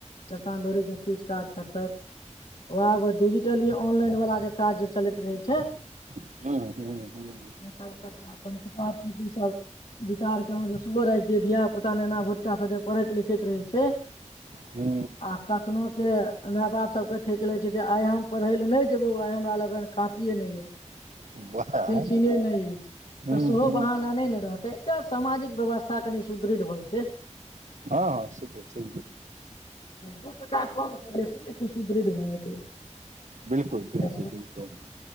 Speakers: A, on the left; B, on the right.
A: दोकान दौड़ी के किछ काज कत्ताथ ओहाडिजिटली ऑनलाइन वला जे काज जे चलैत रहै छै
B: हूँ हूँ हूँ
A: ओ सब करता अपन किताब कॉपी सब विचार केलहुं जे सुबह द <unintelligible> धिया पुता नेना भुटका स जे पढ़ैत लिखैत रहै छै
B: हू
A: आ कखनो के माय बाप सब के ठक ले छै जे आइ हम पढ़े ले नहि जेबौ आइ हमरा लगन काँपीए नैय य
B: <inaudible> वाह
A: पिल्सीने नैय अछि
B: हूँ
A: तऽ सेहो
B: हूँ
A: बहान आने ने रहतै क सामाजिक व्यवस्था कनि सुदृढ़ भऽ जेतै
B: हा हा से तऽ छै
A: दू टका कम बेसी इ सुदृढ़ भ जेते
B: बिल्कुल बिल्कुल
A: <unintelligible>
B: बिल्कुल